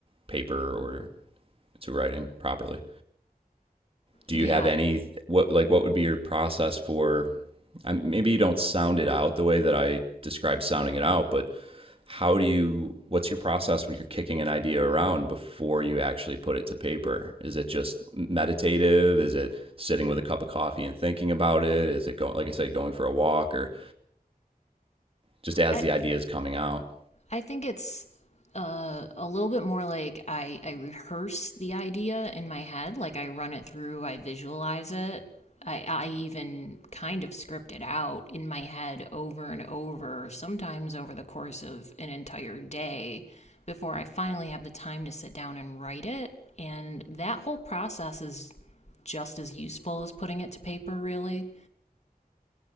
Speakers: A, on the right (about 35°); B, on the left (about 45°).
A: paper or to writing properly. Do
B: Yeah,
A: you have any what like what would be your process for um, maybe you don't sound it out the way that I describe sounding it out, but how do you what's your process when you're kicking an idea around before you actually put it to paper? Is it just meditative? Is it sitting with a cup of coffee and thinking about it? Is it going like I said going for a walk or just as
B: I,
A: the idea is coming out?
B: I think it's uh, a little bit more like I, I rehearse the idea in my head. Like I run it through, I visualize it. I, I even kind of script it out in my head over and over, sometimes over the course of an entire day before I finally have the time to sit down and write it. And that whole process is just as useful as putting it to paper, really